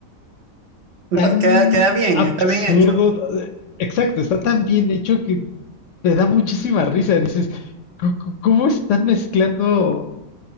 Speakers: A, on the right (about 60°); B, on the left (about 70°).
A: Lo-
B: tan
A: Queda, queda bien,
B: absurdo.
A: está bien hecho.
B: eh, Exacto, está tan bien hecho que te da muchísima risa. Dices, "¿Cu- cu- ¿cómo están mezclando